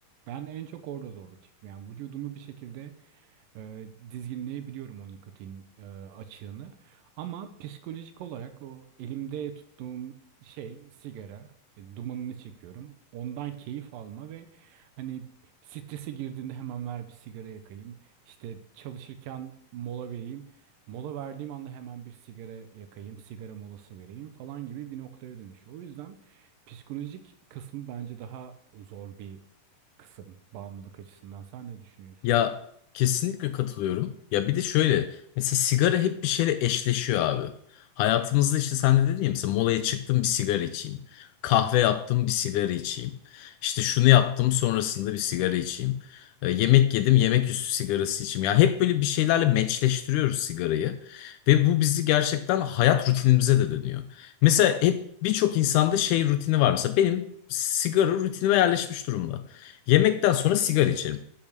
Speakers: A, on the right (about 80°); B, on the left (about 80°).
A: ben en çok orada zorluk çektim yani vücudumu bir şekilde e, dizginleyebiliyorum o nikotin e, açığını ama psikolojik olarak o elimde tuttuğum şey sigara, e, dumanını çekiyorum. Ondan keyif alma ve hani strese girdiğinde hemen ver bir sigara yakayım. İşte çalışırken mola vereyim. Mola verdiğim anda hemen bir sigara yakayım, sigara molası vereyim falan gibi bir noktaya dönüşüyor. O yüzden psikolojik kısmı bence daha zor bir kısım bağımlılık açısından. Sen ne düşünüyorsun?
B: Ya kesinlikle katılıyorum. Ya bir de şöyle mesela sigara hep bir şeyle eşleşiyor abi. Hayatımızda işte sen de dedin ya mesela molaya çıktım bir sigara içeyim. Kahve yaptım bir sigara içeyim. İşte şunu yaptım sonrasında bir sigara içeyim. E, yemek yedim yemek üstü sigarası içeyim. Ya hep böyle bir şeylerle meçleştiriyoruz sigarayı. Ve bu bizi gerçekten hayat rutinimize de dönüyor. Mesela hep birçok insanda şey rutini var. Mesela benim sigara rutinime yerleşmiş durumda. Yemekten sonra sigara içerim.